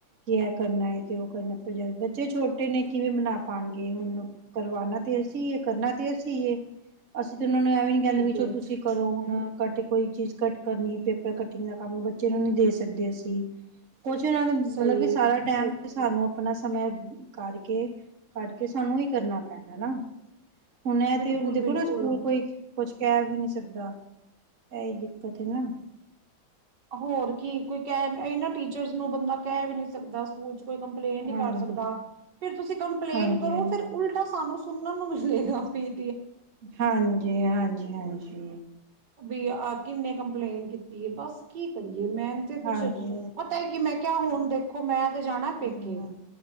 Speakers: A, on the right; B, on the right.
A: ਕਿ ਕਰਨਾ ਤੇ ਉਹ ਕਰਨਾ ਬੱਚੇ ਛੋਟੇ ਨੇ ਕਿਵੇਂ ਬਣਾ ਪਾਉਣਗੇ ਹੁਣ ਕਰਵਾਣਾ ਤੇ ਅਸੀਂ ਏ ਕਰਨਾ ਤੇ ਅਸੀਂ ਹੀ ਏ, ਅਸੀਂ ਅਤੇ ਉਹਨਾਂ ਨੂੰ ਐ ਵੀ ਨਹੀਂ ਕਹਿੰਦੇ
B: ਠੀਕ
A: ਵੀ ਚਲੋ
B: ਹੈ
A: ਤੁਸੀਂ ਕਰੋ ਹੁਣ ਘੱਟ ਕੋਈ ਚੀਜ਼ ਕੱ ਕਰਨੀ ਪੇਪਰ ਕਟਿੰਗ ਦਾ ਕੰਮ ਬੱਚੇ ਨੂੰ ਨਹੀਂ ਦੇ ਸਕਦੇ ਅਸੀਂ ਕੁਛ ਉਹਨਾਂ ਦਾ ਮਤਲਬ
B: ਸਹੀ
A: ਕਿ
B: ਹੈ
A: ਟਮ ਤੇ ਸਾਨੂੰ ਆਪਣਾ ਸਮੇਯ ਕਰਕੇ ਕੱਢ ਕੇ ਸਾਨੂੰ ਹੀ ਕਰਨਾ ਪੈਣਾ ਨਾ ਹੁਣ ਇਹ
B: ਬਿਲਕੁਲ
A: ਤੇ ਹੁਣ ਦੇਖੋ
B: ਬਿਲਕੁਲ
A: ਨਾ ਸਕੂਲ ਕੋਈ ਕੁਝ ਕਹਿ ਵੀ ਨਹੀਂ ਸਕਦਾ ਇਹੀ ਦਿੱਕਤ ਹੈ ਨਾ
B: ਹੋਰ ਕੀ ਕੋਈ ਕਹਿ ਇਹ ਨਾ ਟੀਚਰਸ ਨੂੰ ਬੰਦਾ ਕਹਿ ਵੀ ਨੀ ਸਕਦਾ ਸਕਦਾ ਸੂਚ ਕੋਈ ਕੰਪਲੇਂਨ
A: ਹਾਂਜੀ
B: ਨਹੀਂ ਕਰ ਸਕਦਾ ਫੇਰ ਤੁਸੀਂ ਕੰਪਲੇਂਨ
A: ਹਾਂਜੀ
B: ਕਰੋ ਫਿਰ ਉਲਟਾ ਸਾਨੂੰ ਸੁਣਨ ਨੂੰ ਮਿਲੇਗਾ ਫਿਰ
A: ਹਾਂਜੀ ਹਾਂਜੀ ਹਾਂਜੀ
B: ਵੀ ਆਰ ਕਿੰਨੇ ਕੰਪਲੇਂਟ ਕੀਤੀ ਹੈ ਬਸ ਕੀ ਕਰੀਏ ਮੈ ਤੇ ਕੁੱਛ
A: ਹਾਂਜੀ
B: ਪਤਾ ਹੈ ਕਿ ਮੈਂ ਕਿਆ ਹੁਣ ਦੇਖ ਮੈਂ <inaudible> ਤੇ ਜਾਣਾ ਪੇਕੇ
A: ਹਾਂਜੀ